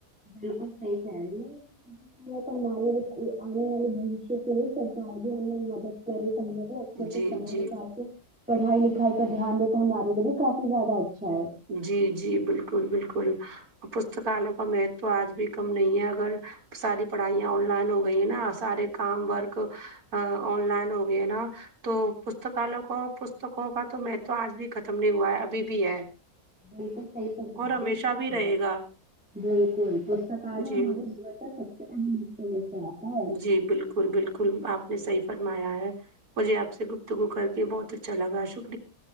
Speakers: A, in the centre; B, on the right.
A: بالکل صحی کہہ رہے ہے بہت ہمارے آنے والے بوشیہ کے لیے سرکار بھی ہمیں مدد کرے اچھے
B: جی
A: سے سمے
B: جی
A: نکال کے پڑھائی لکھائی پر دھیان دیتا ہمارے لیے بھی کافی زیادہ اچھا ہے
B: جی جی بالکل بالکل پستکالوں کا مہتو آج بھی کم نہیں ہے اگر ساری پڑھائیاں آن لائن ہو گئی ہیں نا سارے کام ورک ا آن لائن ہو گئے نا تو پستکالوں کو پستکوں کا تو مہتو آج بھی ختم نہیں ہوا ہے ابھی بھی ہے
A: بالکل سہی فرمارہی
B: اور ہمیشہ
A: ہے بلکل
B: بھی رہے گا
A: بالکل پستکالے
B: جی
A: ہمارے جیوں کا سب <inaudible>
B: جی بالکل بالکل آپ نے صحیح فرمایا ہے مجھے آپ سے گپتگو کر کے بہت اچھا لگا شکر